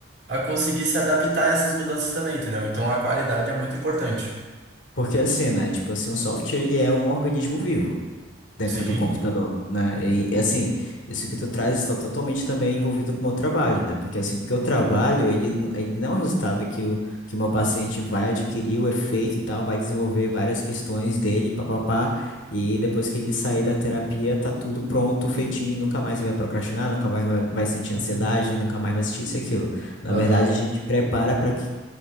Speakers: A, on the right (about 65°); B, on the left (about 80°).
A: a conseguir se adaptar a essas mudanças também, entendeu? Então a qualidade é muito importante.
B: porque assim, né? Tipo assim, o software ele é um organismo vivo. dentro
A: Sim.
B: do computador, né? E assim, isso que tu traz está totalmente também envolvido com o meu trabalho, né? Porque assim, o que eu trabalho, ele, n- ele não é um resultado que o que o meu paciente vai adquirir o efeito e tal, vai desenvolver várias questões dele, papapá, e depois que ele sair da terapia, tá tudo pronto, feitinho, nunca mais ele vai procrastinar, nunca mais vai vai sentir ansiedade, nunca mais vai sentir isso e aquilo. Na
A: Aham.
B: verdade, a gente prepara para que,